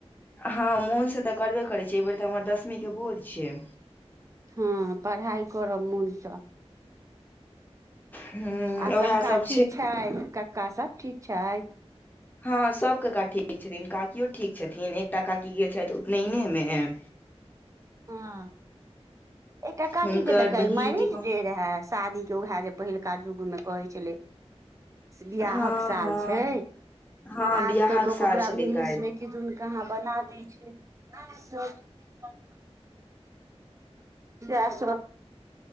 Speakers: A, on the left (about 15°); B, on the right (about 30°).
A: हँ मोनसँ तऽ करबे करैत छै एहि बेेर तऽ हमर दसमीके भोर छिये
B: हँ पढ़ाइ करब मोनसँ
A: ह
B: आ
A: उएह
B: कक्का
A: सब
B: ठीक छै कक्का सभ ठीक छै
A: हँ सब कका ठीक छथिन काकियो ठीक छथिन एकटा काकी गेल छथि उपनयने मे ह
B: ह एकटा काकी
A: हुनकर
B: के ते कैल
A: बहिन
B: मैरेज
A: के गाम
B: डे रहे शादी केओए जे पहिलका युगमे कहै छलै बियाहक
A: हँ
B: साल
A: हँ
B: छै
A: हँ
B: आब
A: बियाहक
B: तऽ
A: साल
B: लोक ओकरा
A: छलै
B: इंगलिश
A: काल्हि
B: में किदुन कहाँ बना दै छै सब चीज तै सब